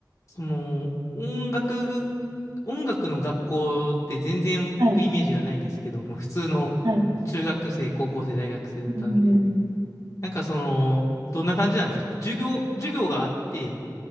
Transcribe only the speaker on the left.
その、音楽、音楽の学校って全然僕イメージがないんですけど、
まあ、普通の中学生、
高校生、大学生だったんで、
なんかその、どんな感じなんですか授業、授業があって、